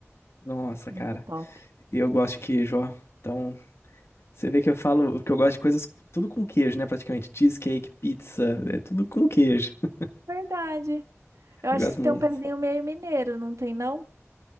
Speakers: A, on the left (about 60°); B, on the right (about 85°).
A: Nossa,
B: muito
A: cara.
B: top.
A: E eu gosto de queijo, ó. Então, Você vê que eu falo que eu gosto de coisas tudo com queijo, né? Praticamente. Cheesecake, pizza, é tudo com queijo. <laughs>
B: Verdade. Eu
A: Eu
B: acho
A: gosto
B: que você
A: muito.
B: tem um pezinho meio mineiro, não tem não?